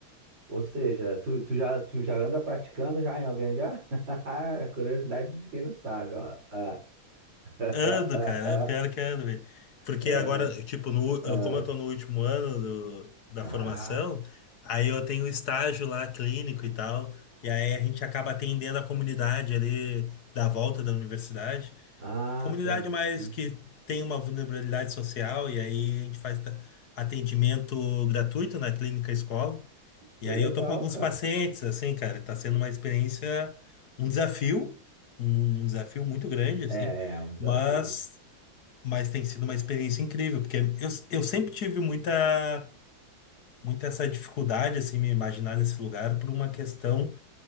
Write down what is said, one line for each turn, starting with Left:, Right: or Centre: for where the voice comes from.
Right: Ou seja, tu, tu já, tu já anda praticando já em alguém já? <laughs> Curiosidade de quem não sabe, ó. Ah. <laughs>
Left: Ando, cara, é pior que ando, velho. Porque
Right: Ah,
Left: agora, tipo, no,
Right: ah.
Left: eu- como eu tô no último ano do- da
Right: Caraca.
Left: formação, aí eu tenho estágio lá clínico e tal, e aí a gente acaba atendendo a comunidade ali da volta da universidade.
Right: Ah,
Left: Comunidade
Right: entendi.
Left: mais que tem uma vulnerabilidade social, e aí a gente faz ta- atendimento gratuito na clínica escola.
Right: Pô,
Left: E aí
Right: legal,
Left: eu tô com alguns
Right: cara.
Left: pacientes, assim, cara, tá sendo uma experiência, um desafio, um um desafio muito grande, assim.
Right: É, é é um desafio.
Left: Mas mas tem sido uma experiência incrível, porque eu, eu sempre tive muita, muita essa dificuldade, assim, me imaginar nesse lugar por uma questão